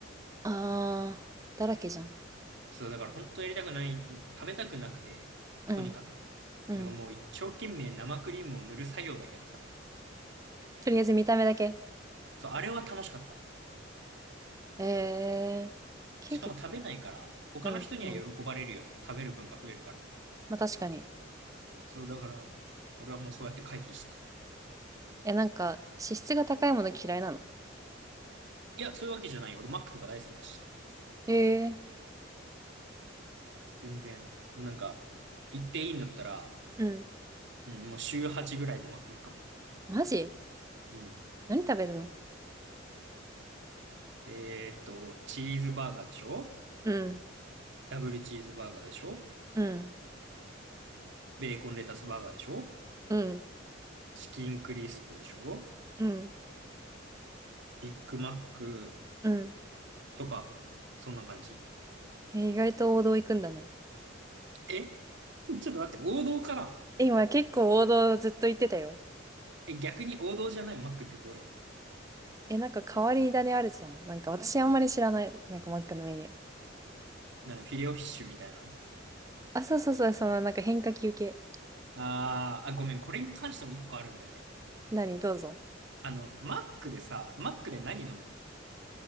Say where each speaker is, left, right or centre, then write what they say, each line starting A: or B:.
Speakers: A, on the right; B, on the right.
A: あー、だらけじゃん。
B: そう、だから本当やりたくない、食べたくなくて、
A: うん。
B: とにかく。
A: うん。
B: なんかもう一生懸命生クリームを塗る作業だけやってた。
A: とりあえず見た目だけ。
B: そう、あれは楽しかった。
A: えー、ケーキ。
B: しかも食べないから、他の人には喜ばれるよね。
A: うん。うん。
B: 食べる分が増えるから。
A: まあ確かに。
B: そう、だから、俺はもうそうやって回避してた。
A: え、なんか、脂質が高いもの嫌いなの。
B: いや、そういうわけじゃないよ。俺、マックとか大好きだし。
A: えー。
B: 全然。もうなんか、行っていいんだったら、
A: うん
B: うん、もう週8ぐらいでマック行くかも。
A: マジ
B: うん。
A: 何食べるの
B: えーっと、チーズバーガーでしょ
A: うん、
B: ダブルチーズバーガーでしょ
A: うん、
B: ベーコンレタスバーガーでしょ
A: うん、
B: チキンクリスプでしょ
A: うん、
B: ビッグマック
A: うん。
B: とか、そんな感じ。
A: え意外と王道行くんだね。
B: え <laughs> ちょっと待って、王道かな
A: え今結構王道ずっと言ってたよ。
B: え、逆に王道じゃないマックってどれ
A: え、なんか変わり種あるじゃん。なんか私あんまり知らない。なんかマックのメニュー。
B: なんかフィレオフィッシュみたいな。
A: あ、そうそうそう、そのなんか変化球系。
B: あーあ、ごめん、これに関しても一個あるんだよね。
A: 何、どうぞ。
B: あの、マックでさ、マックで何飲む